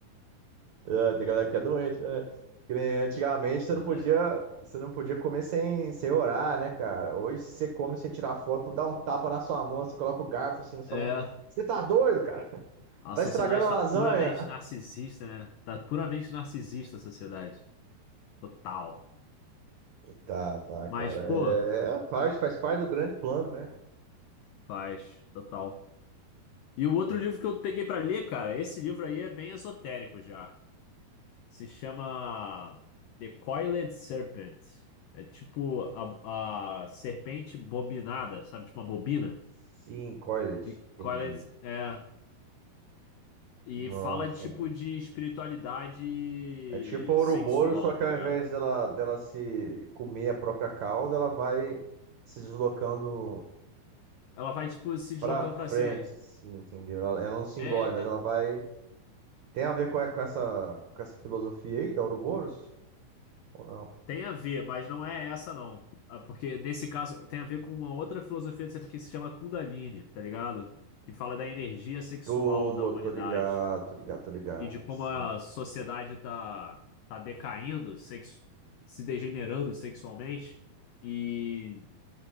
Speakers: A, on the right; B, on the left.
A: É, tem galera que é doente, né? Que nem antigamente você
B: Verdade.
A: não podia, você não podia comer sem, sem orar, né, cara? Hoje, se você come sem tirar foto, dá um tapa na sua mão, você coloca o garfo assim na sua
B: É,
A: mão. Você tá doido, cara?
B: a
A: Tá
B: sociedade
A: estragando a
B: tá
A: lasanha?
B: puramente narcisista, né? Tá puramente narcisista a sociedade. Total.
A: Tá, tá,
B: Mas,
A: cara.
B: pô,
A: É, é, faz, faz parte do grande plano, né?
B: faz, total. E o outro
A: Tem-
B: livro que eu peguei pra ler, cara, esse livro aí é bem esotérico já. Se chama The Coiled Serpent. É tipo a, a serpente bobinada, sabe? Tipo uma bobina.
A: Sim, coiled,
B: E Coiled
A: entendi.
B: é. E
A: Enrolado
B: fala
A: assim.
B: tipo de espiritualidade
A: É tipo a Ouroboros,
B: sexual,
A: só que
B: tá
A: ao
B: ligado?
A: invés dela, dela se comer a própria cauda, ela vai se deslocando.
B: Ela vai tipo se deslocando
A: Pra frente,
B: pra cima.
A: sim, entendeu? Ela, ela não se
B: É,
A: engole, mas
B: é,
A: ela vai. Tem a ver com, com essa, com essa filosofia aí da Ouroboros? Ou não?
B: Tem a ver, mas não é essa, não. Ah, Porque nesse caso tem a ver com uma outra filosofia que se chama Kundalini, tá ligado? Que fala da energia sexual
A: Tô,
B: da humanidade
A: tô ligado, tô ligado, tô ligado.
B: e de como
A: Sim.
B: a sociedade tá, tá decaindo, sexu- se degenerando sexualmente e